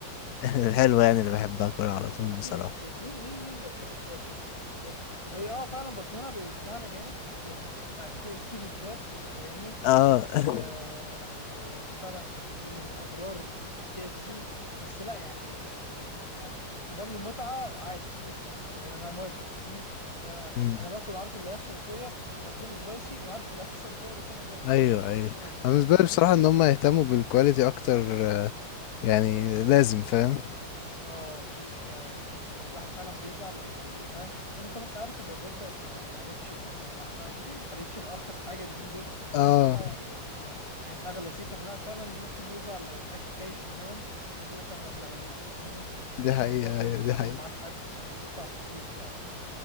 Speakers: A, on the left (about 65°); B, on the left (about 15°).
A: <laughs> الحلوة يعني اللي بحبها اكلها على طول
B: اكيد
A: بصراحة
B: اكيد مين مين مين ما بيحبش فرايد تشيكن يعني بجد هي اه فعلا بطننا بيوجعنا جامد بعد <laughs> بعد كي اف سي بالذات يعني فاهمني
A: اه
B: بس
A: <laughs>
B: آه، يعني فعلا يعني دي من اضرار كي اف سي بس لا يعني م- يعني قبال المتعه عادي قشطه انا انا موافق فاهمني انا
A: مم.
B: انا باكل عارف اللي هيحصل فيا وبطلبه سبايسي وعارف اللي هيحصل فيا بس انا موافق ما
A: ايوه ايوه
B: عنديش مانع
A: أنا بالنسبة لي بصراحة ان هم يهتموا بالكواليتي اكتر آه، يعني لازم فاهم
B: اه دي حاجة تكون يعني الواحد فعلا بيزعل لما بيفهم لأن طبعا أنت عارف الوجبات بقت يعني ما عادتش في أرخص <laughs> ما عادتش في أرخص حاجة اليومين دول فاهمني
A: اه
B: لأ يعني ال- بقت أغلى سيكة فالواحد فعلا ممكن يزعل لو الأكل خايش من النوم أنت دافع مبلغ ما فاهمني
A: دي حقيقة
B: وبالذات لو
A: أيوة،
B: أنت بتاكل
A: دي حقيقة
B: ومعاك حد فأنت بتدفع فلوس فعلا